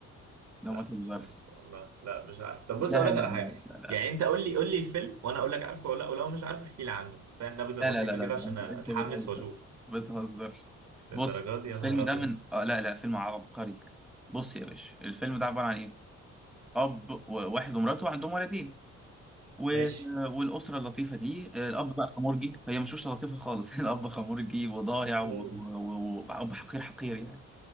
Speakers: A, in the centre; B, on the right.
A: ده ما
B: لا
A: تهزرش
B: مش عارف والله لا مش عارف طب
A: لا
B: بص اقول لك
A: لا
B: على
A: لا
B: حاجه
A: لا لا
B: يعني انت قول لي قول لي الفيلم وانا اقول لك عارفه ولا لا ولو مش عارف احكي لي عنه فاهم نبذه
A: لا
B: بسيطه
A: لا لا, لا.
B: كده عشان
A: ده انت
B: اتحمس
A: انت بتهزر
B: واشوف
A: بتهزر
B: للدرجه
A: بص
B: دي
A: الفيلم
B: يا نهار ابيض
A: ده من اه لا لا فيلم عبقري بص يا باشا الفيلم ده عبارة عن ايه اب وواحد ومراته عندهم ولدين و-
B: ماشي
A: والاسره اللطيفه دي الاب بقى خمرجي هي مش اسره لطيفه خالص <laughs> الاب خمرجي وضايع واب
B: <laughs> مم.
A: و- و- واب حقير حقير يعني